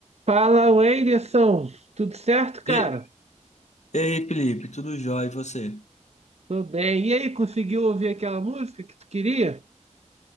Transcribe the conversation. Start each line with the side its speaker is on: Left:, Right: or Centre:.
Right: Fala, Wenderson. Tudo certo, cara?
Left: E, e aí, Felipe, tudo jóia? E você?
Right: Tô bem. E aí, conseguiu ouvir aquela música que tu queria?